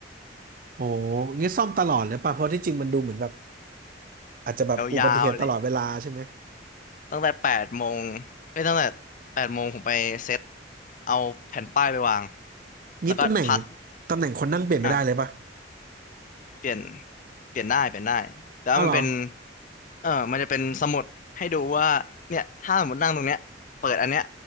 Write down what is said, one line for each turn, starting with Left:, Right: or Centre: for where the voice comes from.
Right: โหงี้ซ่อมตลอดเลยป่ะเพราะที่จริงมันดูเหมือนแบบอาจจะแบบอุบัติเหตุตลอดเวลาใช่ไหม
Left: ยาวๆเลยตั้งแต่แปดโมงไม่ตั้งแต่แปดโมงผมไปเซ็ตเอาแผ่นป้ายไปวาง
Right: งี้ตำแหน่ง
Left: แล้วก็พัก
Right: ตำแหน่งคนนั่งเปลี่ยนไม่ได้เลยป่ะ
Left: อ่ะเปลี่ยนเปลี่ยนได้เปลี่ยนได้ แต่ว่ามันเป็น
Right: อ้าวเหรอ
Left: เออมันจะเป็นสมุดให้ดูว่าเนี่ยถ้าสมมตินั่งตรงเนี้ยเปิดอันเนี้ย